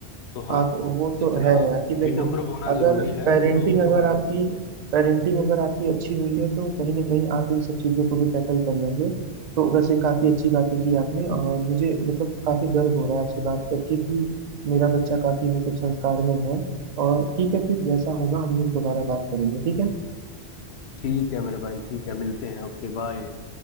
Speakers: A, on the left; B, on the right.
A: तो
B: हाँ
A: हाँ
B: तो वो
A: जितना
B: तो है यार कि देखो
A: विनम्र होना
B: अगर
A: जरूरी है
B: पेरेंटिंग
A: उतना उग्र
B: अगर
A: होना
B: आपकी
A: भी जरूरी है
B: पेरेंटिंग अगर आपकी अच्छी हुई है तो कहीं ना कहीं आप इन सब चीज़ों को भी टैकल कर लेंगे तो वैसे काफ़ी अच्छी बातें की आपने और मुझे मतलब काफ़ी गर्व हो रहा है आपसे बात करके कि मेरा बच्चा काफ़ी मतलब संस्कार में है और ठीक है फिर जैसा होगा हम लोग दोबारा बात करेंगे ठीक है
A: ठीक है मेरे भाई ठीक है मिलते हैं ओके बाय